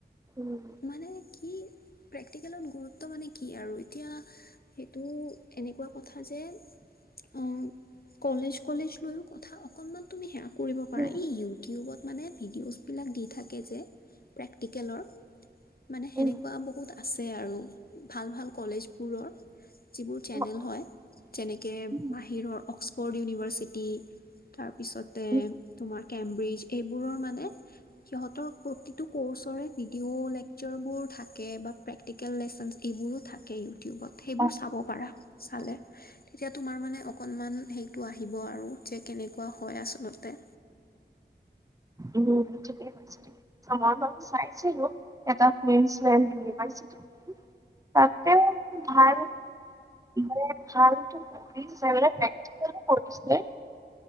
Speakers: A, on the right (about 20°); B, on the left (about 55°).
A: উম।
B: মানে কি, প্ৰেক্টিকেলত গুৰুত্ব মানে কি আৰু এতিয়া সেইটো এনেকুৱা কথা যে অ কলেজ কলেজ লৈও কথা, অকনমান তুমি সেয়া কৰিব পাৰা।
A: উম,
B: এই ইউটিউবত মানে ভিডিঅ'চ বিলাক দি থাকে যে প্ৰেক্টিকেলৰ, মানে সেনেকুৱা
A: উম,
B: বহুত আ- ছে আৰু ভাল ভাল কলেজবোৰৰ। যিবোৰ চেনেল
A: অ,
B: হয়। যেনেকে
A: উম,
B: বাহিৰৰ অক্সফৰ্ড ইউনিভাৰ্চিটি তাৰপিছতে
A: উম,
B: তোমাৰ কেম্ব্ৰিজ এইবোৰৰ মানে সিহঁতৰ প্ৰতিটো ক'ৰ্চৰে ভিডিঅ' লেকচাৰবোৰ থাকে বা প্ৰেক্টিকেল লেচনছ এইবোৰো থাকে ইউটিউবত সেইবোৰ
A: অ,
B: চাব পাৰা, চালে। তেতিয়া তোমাৰ মানে অকণমান সেইটো আহিব আৰু যে কেনেকুৱা হয় আচলতে।
A: উম ঠিকে। সময় বাবে চাইছিলো, এটা কুইনছলেণ্ড ইউনিভাৰ্চিটি তাতে ভাল ইনডাৰেট ভালটো কৰিছে, পপ্ৰক্টিকেলো কৰিছে।